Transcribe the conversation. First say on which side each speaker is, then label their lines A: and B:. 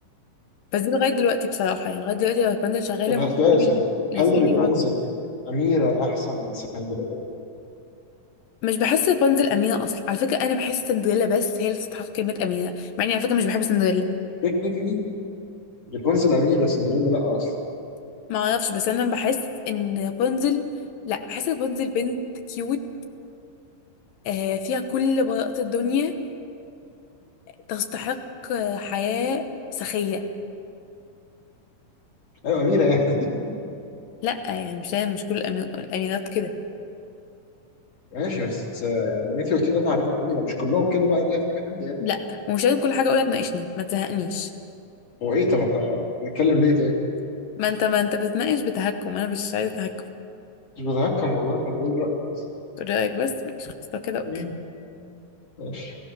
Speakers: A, on the left; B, on the left.
A: بس دي لغايه دلوقتي بصراحه يعني لغايه دلوقتي لو رابنزل شغاله
B: طب
A: ممكن
B: سؤال
A: تجيب
B: سؤال
A: اللي اللي
B: هل
A: في ايدي
B: ريبونزل
A: وراك
B: اميره احسن من سندريلا؟
A: مش بحس رابنزل امينه اصلا على فكره انا بحس سندريلا بس هي اللي تستحق كلمه امينه مع اني على فكره مش بحب سندريلا
B: تكنيكلي ريبونزل اميره سندريلا لا اصلا
A: ما اعرفش بس انا بحس ان رابنزل لا بحس رابنزل بنت كيوت آه فيها كل براءه الدنيا تستحق آه، حياه سخيه
B: ايوه اميره يعني <laughs>
A: لا يعني مش مش كل الأمي- الامينات كده
B: ماشي بس آه، يعني انت قلت لي ده تعريف الاميره مش كلهم كده بقى دي حاجه تانيه يعني.
A: لا ومش لازم كل حاجه اقولها تناقشني ما تزهقنيش
B: هو ايه طب احنا بنتكلم ليه طيب
A: ما انت ما انت بتتناقش بتهكم انا مش عايزه تهكم
B: مش بتهكم والله انا بقول رايي بس
A: تقول رايك بس ماشي خلاص لو كده اوكي
B: مم، ماشي